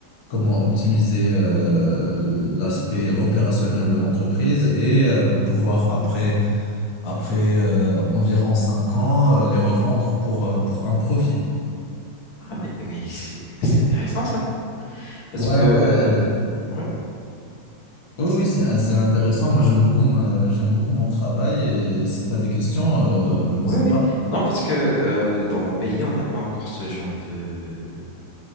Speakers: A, on the left; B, on the left.
A: comment optimiser euh, l'aspect opérationnel de l'entreprise et euh, pouvoir après après euh, environ cinq ans, euh, les revendre pour, euh, pour un profit.
B: Ah, mais, mais c'est mais c'est intéressant ça. Parce
A: Ouais,
B: que, euh,
A: ouais. euh,
B: ouais,
A: oui,
B: c'est,
A: oui, c'est, euh, c'est intéressant. Moi, j'aime beaucoup, ma- j'aime beaucoup mon travail et si tu as des questions, euh, n'hésite
B: oui, oui.
A: pas.
B: Non, parce que euh, dans mon pays, on n'a pas encore ce genre de,